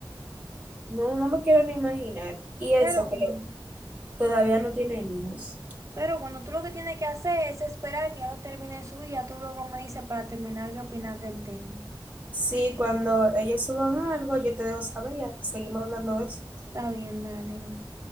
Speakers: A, on the right; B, on the right.
A: no, no me quiero ni imaginar. Y eso
B: Pero
A: que
B: bueno.
A: todavía no tienen hijos.
B: Pero bueno, tú lo que tienes que hacer es esperar que ya lo termine de y ya tú luego me dices para terminar de opinar del tema.
A: Sí, cuando ellos suban algo, yo te dejo saber y seguimos hablando de eso.
B: Está bien, dale, va.